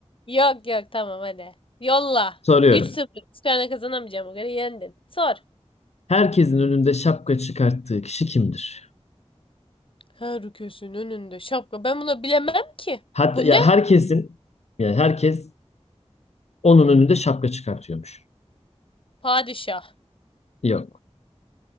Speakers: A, on the left; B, on the left.
A: Yok yok tamam hadi. Yolla.
B: Soruyorum.
A: Üç sıfır. Bir tane kazanamayacağım o kadar yendin. Sor.
B: Herkesin önünde şapka çıkarttığı kişi kimdir?
A: Her köşenin önünde şapka. Ben bunu bilemem ki.
B: Hatta
A: Bu
B: ya
A: ne?
B: herkesin yani herkes Onun önünde şapka çıkartıyormuş.
A: Padişah.
B: Yok.